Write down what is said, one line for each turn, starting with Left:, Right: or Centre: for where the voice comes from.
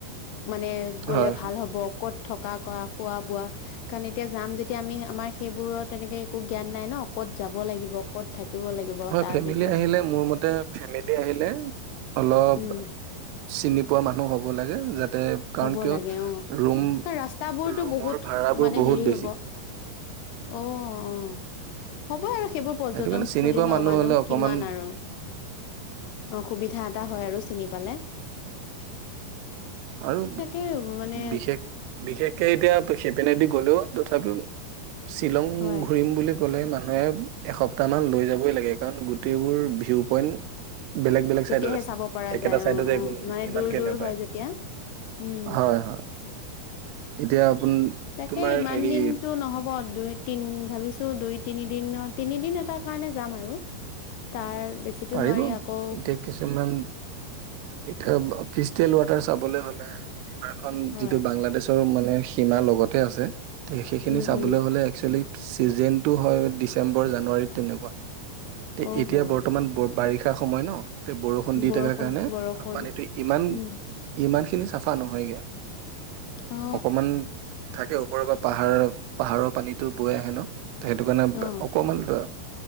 Left: মানে গ'লে
Right: হয়
Left: ভাল
Right: হয়
Left: হ'ব ক'ত। থকা কৰা খোৱা বোৱা কাৰণ এতিয়া যাম যেতিয়া আমি আমাৰ সেইবোৰত। তেনেকে একো জ্ঞান নাই ন ক'ত যাব লাগিব ক'ত থাকিব। লাগিব
Right: হয়
Left: তাৰ
Right: ফেমিলি
Left: বিষয়ে
Right: আহিলে মোৰ মতে ফেমিলি আহিলে অলপ।
Left: উম
Right: চিনি পোৱা মানুহ হ'ব লাগে যাতে। কাৰণ
Left: হ'ব
Right: কিয়
Left: লাগে অ
Right: ৰুম
Left: ৰাস্তাবোৰতো
Right: ৰুমৰ
Left: বহুত
Right: ভাড়াবোৰ
Left: মানে
Right: বহুত
Left: হেৰি
Right: বেছি
Left: হ'ব অ অ। হ'ব। সেইবোৰ পৰ্যটনস্থলী
Right: সেইটো কাৰণে চিনি পোৱা
Left: ন মানুহ
Right: হ'লে অকমান
Left: কিমান আৰু। অসুবিধা এটা হয় আৰু চিনি পালে।
Right: আৰু
Left: তাকে মানে
Right: বিশেষ বিশেষকে এতিয়া। চেপেনেদি গ'লেও তথাপিও। শ্বিলং
Left: হয়
Right: ঘূৰিম বুলি। কলে মানুহে এসপ্তাহান লৈ যাবই লাগে কাৰণ গোটেইবোৰ ভিউ পইণ্ট। বেলেগ বেলেগ চাইডত
Left: তেতিয়াহে
Right: আছে
Left: চাব পৰা
Right: একেটা
Left: যায়
Right: চাইডতে
Left: অ অ
Right: একো
Left: মানে
Right: ইমানকে
Left: দূৰ দূৰ
Right: নাপায়
Left: হয় যেতিয়া। উম
Right: হয় হয়। এতিয়া। আপোন
Left: তাকে
Right: তোমাৰ
Left: ইমান
Right: হেৰি
Left: দিনটো নহব। দুই তিন ভাবিছো দুই তিনি দনৰ তিনিদিন এটাৰ কাৰণে যাম আৰু তাৰ। বেছিতো
Right: পাৰিব
Left: নোৱাৰি আকৌ
Right: এতিয়া কিছুমান এতিয়া। বা ক্ৰিষ্টেল ৱাটাৰ চাবলৈ হ'লে ৰিভাৰ খন
Left: হয়
Right: যিটো বাংলাদেশৰ মানে মানে সীমা লগতে আছে সেই, সেইখিনি
Left: উম
Right: চাবলৈ
Left: উম
Right: হ'লে একচুৱেল চিজনটো হয় ডিচেম্বৰ জানুৱাৰীত তেনেকুৱা এ,
Left: অ
Right: এতিয়া
Left: হ
Right: বৰ ব বাৰিষা সময় ন বৰষুণ দি
Left: বৰষুণ
Right: থকা কাৰণে
Left: বৰষুণ
Right: পানীটো ইমান
Left: উম
Right: ইমান সেইখিনি চাফা নহয়গে,
Left: অ
Right: অকমান থাক ওপৰৰ পৰা পাহাৰৰ পাহাৰৰ পানীতো বৈ আহে ন ত সেইটোকাৰণে
Left: অ
Right: অকণমানতো